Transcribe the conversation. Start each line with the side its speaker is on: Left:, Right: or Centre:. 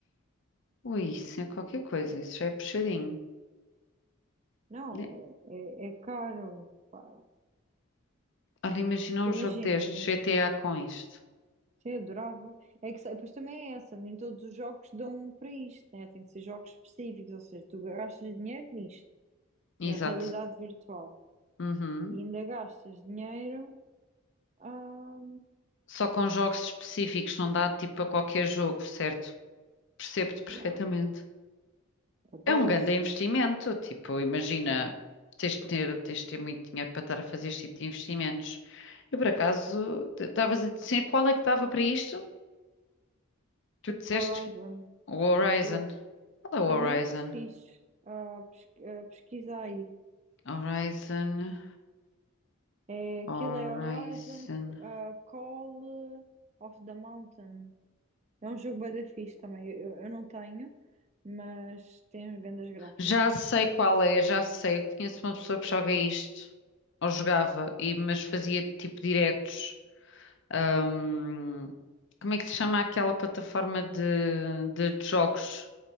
Left: Ui, isso é qualquer coisa, isso já é puxadinho.
Right: Não,
Left: Né?
Right: é, é é caro. pá.
Left: Olha, imagina
Right: Porque
Left: um
Right: imagina,
Left: jogo deste,
Right: nem
Left: GTA com isto.
Right: Sim, adorava. É que, sei- pois também é essa, nem todos os jogos dão para isto, né? Tem que ser jogos específicos, ou seja, tu gastas dinheiro nisto,
Left: Exato.
Right: na realidade virtual,
Left: Uhum.
Right: e ainda gastas dinheiro a,
Left: Só com jogos específicos, não dá tipo a qualquer jogo, certo? Percebo-te perfeitamente.
Right: yeah, a dose,
Left: É um grande investimento, tipo, imagina, tens de ter, tens de ter muito dinheiro para estar a fazer este tipo de investimentos. Eu, por acaso, t- estavas a dizer qual é que dava para isto? Tu
Right: o
Left: disseste
Right: Horizon,
Left: o Horizon.
Right: o jogo.
Left: Qual é o
Right: Também
Left: Horizon?
Right: é muito fixe, ah, pesqu- ah, pesquisa aí.
Left: Horizon,
Right: É, aquilo
Left: Horizon.
Right: é Horizon, ah, Call of the Mountain. É um jogo bem da fixe também. Eu, eu não tenho, mas tem grandes gráficos.
Left: Já sei qual é, já sei. Conheço uma pessoa que joga isto, ou jogava, e, mas fazia tipo diretos. Ahm, como é que se chama aquela plataforma de, de jogos?